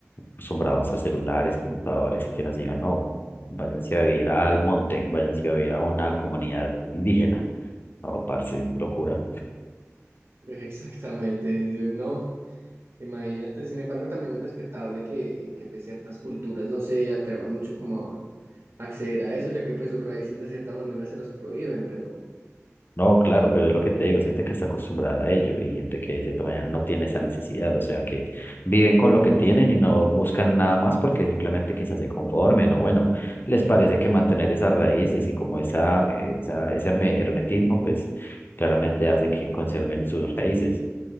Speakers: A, on the left (about 45°); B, on the right (about 55°).
A: acostumbrados a celulares, computadores, y que nos digan, no, váyanse a vivir al monte, váyanse a vivir a una comunidad indígena. No, parce, locura.
B: <laughs> Exactamente, yo no, imagínate, sin embargo también es respetable que, que pues, ciertas culturas no se atrevan mucho como a acceder a eso, ya que pues sus raíces de cierta manera se los prohíben, pero
A: No, claro, pero es lo que te digo, gente que está acostumbrada a ello y gente que de cierta manera no tiene esa necesidad, o sea, que viven con lo que tienen y no buscan nada más porque simplemente quizás se conformen o bueno, les parece
B: sí,
A: que mantener esas raíces y como esa, esa, ese herme- hermetismo, pues claramente hace que conserven sus raíces.